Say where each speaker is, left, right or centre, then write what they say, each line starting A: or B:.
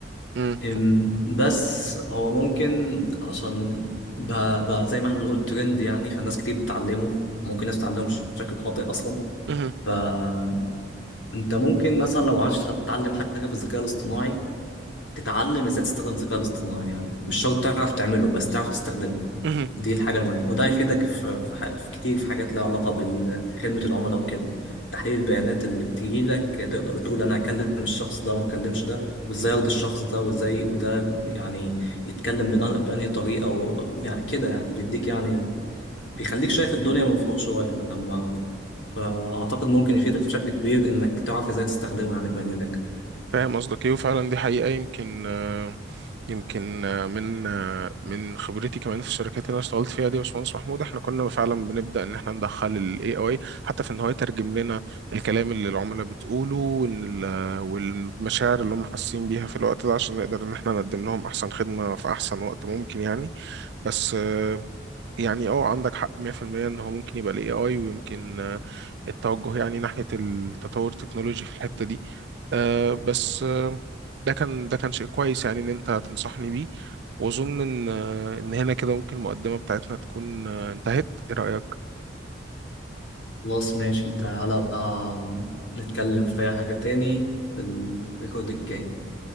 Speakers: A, on the right; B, on the left.
A: مم.
B: أم، بس هو ممكن عشان بقى, بقى زي ما احنا بنقول ترند يعني فالناس كتير بتتعلمه ممكن ناس تتعلمه بشكل خاطئ اصلا
A: مهم.
B: فانت ممكن مثلا لو عايز تتعلم حاجه في الذكاء الاصطناعي تتعلم ازاي تستخدم الذكاء الاصطناعي يعني مش شرط تعرف تعمله بس تعرف تستخدمه
A: مهم.
B: دي الحاجة المهمة وده هيفيدك في, في, ح- في كتير في حاجات لها علاقة بخدمة العملاء وكده تحليل البيانات اللي بتجيلك تقدر تقول أنا هكلم الشخص ده وما أكلمش ده وإزاي أرضي الشخص ده وإزاي وده يعني يتكلم بأن- بأنهي طريقة و- يعني كده يعني بيديك يعني بيخليك شايف الدنيا من فوق شوية لما فأعتقد ممكن يفيدك بشكل كبير إنك تعرف إزاي تستخدمه يعني في مجالك
A: فاهم قصدك إيه وفعلا دي حقيقة يمكن آه، يمكن آه، من آه، من خبرتي كمان في الشركات اللي انا اشتغلت فيها دي يا باشمهندس محمود احنا كنا فعلا بنبدا ان احنا ندخل الاي اي حتى في ان هو يترجم لنا الكلام اللي العملاء بتقوله وال- آه، والمشاعر اللي هم حاسين بيها في الوقت ده عشان نقدر ان احنا نقدم لهم احسن خدمه في احسن وقت ممكن يعني بس يعني اه عندك حق 100% ان هو ممكن يبقى الاي اي ويمكن آه، التوجه يعني ناحية التطور التكنولوجي في الحتة دي آه، بس آه، ده كان ده كان شيء كويس يعني ان انت تنصحني بيه واظن ان آه، ان هنا كده ممكن المقدمة بتاعتنا تكون آه، انتهت ايه رأيك؟
B: خلاص ماشي تعالى آم، نتكلم في أي حاجة تاني في الريكورد الجاي